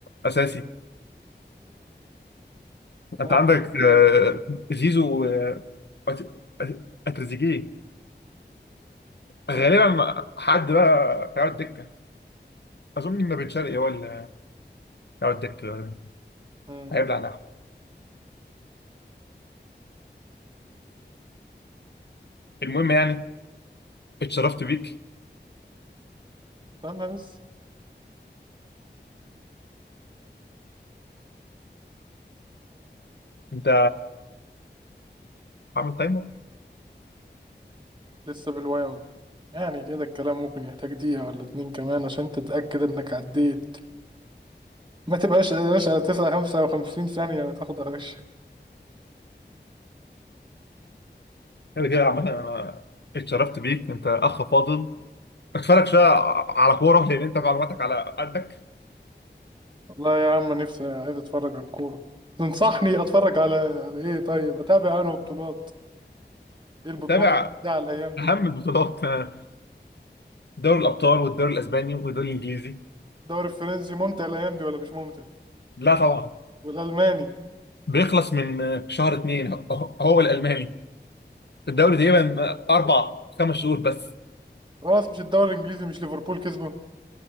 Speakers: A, on the left; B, on the right.
A: اساسي انت
B: امال
A: عندك
B: هم جايبينه
A: آه،
B: ليه
A: زيزو و- آه، أت- اتريزيجيه
B: مم.
A: غالبا حد بقى هيقعد دكه اظن ان بن شرقي هو اللي هيقعد دكه غالبا
B: مم.
A: هيبلع لحم المهم يعني اتشرفت بيك
B: استنى بس
A: انت عامل تايمر
B: لسه بالوام يعني كده الكلام ممكن يحتاج دقيقة ولا اتنين كمان عشان تتأكد إنك عديت ما تبقاش قلقان على تسعة خمسة وخمسين ثانية وتاخد هش
A: كده كده عامه انا اتشرفت بيك انت اخ فاضل اتفرج شويه على كوره لان انت معلوماتك على قدك
B: والله يا عم نفسي عايز أتفرج على الكورة تنصحني أتفرج على على إيه طيب أتابع أنه بطولات إيه البطولات
A: تابع
B: بتاع الأيام
A: اهم
B: دي
A: البطولات آه، دوري الابطال والدوري الاسباني والدوري الانجليزي
B: الدوري الفرنسي ممتع الأيام دي ولا مش ممتع
A: لا طبعا
B: والألماني
A: بيخلص من آه، شهر اتنين هو هو الالماني الدوري تقريبا اربع خمس شهور بس
B: خلاص مش الدوري الإنجليزي مش ليفربول كسبه